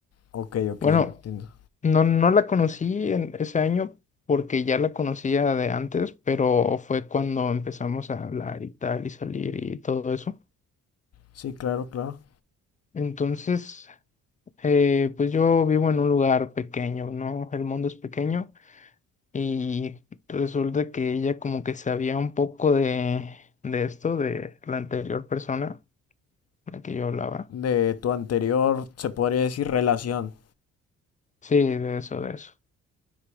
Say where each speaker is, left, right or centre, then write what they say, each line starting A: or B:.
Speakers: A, on the left; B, on the left.
A: Ok, ok,
B: Bueno,
A: entiendo.
B: no, no la conocí en ese año porque ya la conocía de antes, pero fue cuando empezamos a hablar y tal y salir y todo eso.
A: Sí, claro, claro.
B: Entonces, eh, pues yo vivo en un lugar pequeño, ¿no? El mundo es pequeño. Y resulta que ella como que sabía un poco de, de esto, de la anterior persona con la que yo hablaba.
A: De tu anterior, se podría decir relación.
B: Sí, de eso, de eso.